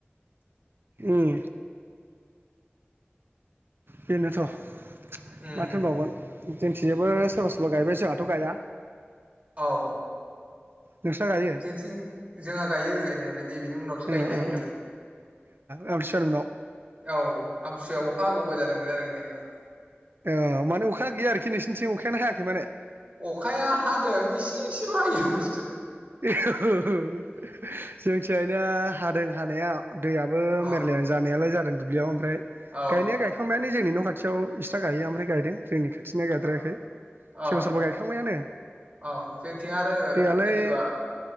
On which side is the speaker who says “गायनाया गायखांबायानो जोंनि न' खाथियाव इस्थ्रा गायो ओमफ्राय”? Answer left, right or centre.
Right